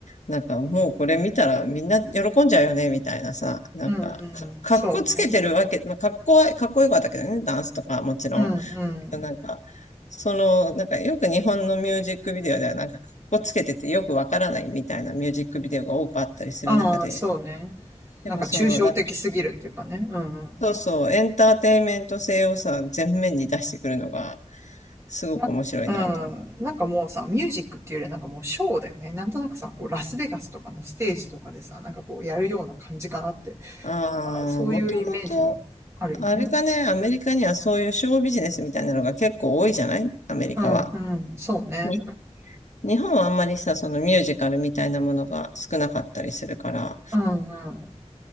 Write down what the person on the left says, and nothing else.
なんかもうこれ見たらみんな喜んじゃうよね、みたいなさ、なんか、
か、かっこつけてるわけ、
まあ、かっこは、かっこよかったけどね、ダンスとかもちろん。
なんか、その、なんかよく日本のミュージックビデオではなんか、かっこつけててよくわからないみたいなミュージックビデオが多くあったりする中で、
やっぱその、
なんか
そうそう、エンターテインメント性をさ、全面に出してくるのが、すごく面白いなと思う。
ああ、
もともと、あれかね、アメリカにはそういうショービジネスみたいなのが結構多いじゃないアメリカは。
に日本はあんまりさ、そのミュージカルみたいなものが少なかったりするから、